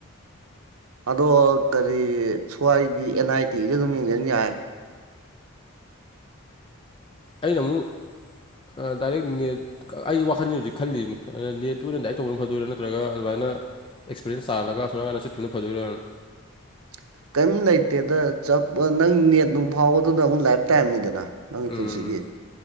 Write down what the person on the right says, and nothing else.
ꯑꯗꯣ ꯀꯔꯤ ꯁ꯭ꯋꯥꯏꯒꯤ ꯑꯦꯟ ꯑꯥꯏ ꯇꯤꯒꯤꯗ ꯑꯗꯨꯝ ꯌꯦꯡꯖꯟ ꯌꯥꯔꯦ
<unintelligible> ꯀꯦꯝ ꯂꯩꯇꯦꯗ ꯆꯞ ꯑ ꯅꯪ ꯅꯦꯠ ꯅꯨꯡ ꯐꯥꯎꯕꯗꯨꯅ ꯑꯃꯨꯛ ꯂꯥꯏꯐ ꯇꯥꯏꯝꯅꯤꯗꯅ ꯅꯪꯒꯤ
ꯄꯨꯟꯁꯤꯒꯤ